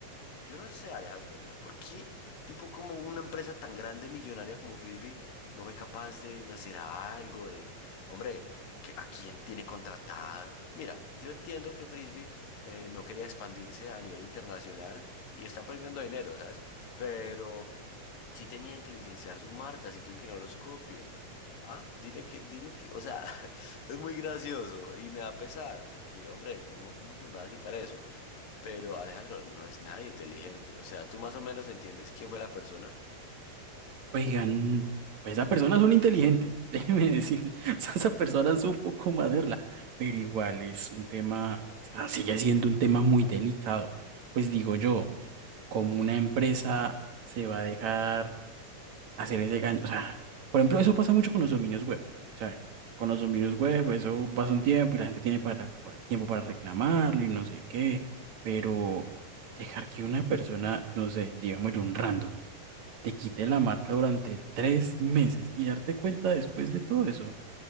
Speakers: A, on the left; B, on the right.
A: yo no sé, Alejandro, o sea, ¿por qué tipo como una empresa tan grande, millonaria como Frisbee, no fue capaz de, de hacer algo de, hombre, que, ¿a quién tiene contratado? Mira, yo entiendo que Frisbee eh, no quería expandirse a nivel internacional y están perdiendo dinero, ¿sabes? Pero sí tenían que licenciar su marca, si quieren que no los copien. Ah, dime que, dime que, o sea, <laughs> es muy gracioso y me da pesar, porque, hombre, ¿cómo, cómo nos van a quitar eso? Pero Alejandro, no es nadie inteligente. O sea, tú más o menos entiendes quién fue la persona.
B: Oigan, pues esa persona es un inteligente, <laughs> déjeme decirle. O sea, esa persona supo cómo hacerla, pero igual es un tema, o sea, sigue siendo un tema muy delicado. Pues digo yo, como una empresa se va a dejar hacer ese gancho? O sea, por ejemplo, eso pasa mucho con los dominios web, ¿sabes? Con los dominios web, eso pasa un tiempo y la gente tiene para, pa- tiempo para reclamarlo y no sé qué, pero dejar que una persona, no sé, digamos, un random te quite la marca durante tres meses y darte cuenta después de todo eso.